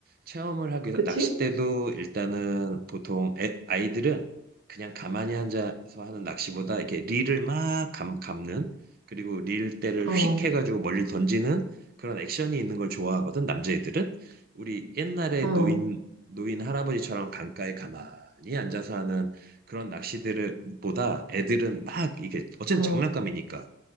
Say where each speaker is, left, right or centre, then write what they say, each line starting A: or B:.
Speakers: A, on the right; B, on the right.
A: 체험을 하기 위해서
B: 그치?
A: 낚싯대도 일단은 보통 애, 아이들은 그냥 가만히 앉아서 하는 낚시보다 이렇게 릴을 막 감, 감는 그리고 릴대를
B: 어,
A: 휙 해가지고 멀리 던지는 그런 액션이 있는 걸 좋아하거든 남자애들은 우리 옛날에
B: 어,
A: 노인 노인 할아버지처럼 강가에 가만히 앉아서 하는 그런 낚시들을 보다 애들은 막 이게 어쨌든
B: 어,
A: 장난감이니까